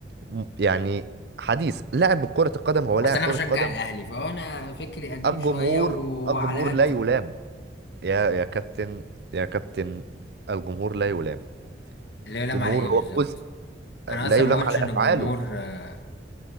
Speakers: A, on the right; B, on the left.
A: م- يعني حديث لاعب كرة القدم هو لاعب
B: بس انا
A: كرة
B: بشجع
A: قدم
B: الاهلي فانا فكري قديم
A: الجمهور
B: شوية وعلى
A: الجمهور
B: قدي
A: لا يلام يا يا كابتن يا كابتن الجمهور لا يلام
B: اللي هو لام
A: جمهور
B: على ايه
A: هو
B: بالظبط
A: جزء
B: انا
A: لا
B: اصلا
A: يلام
B: ما قلتش
A: على
B: ان
A: أفعاله
B: الجمهور آه،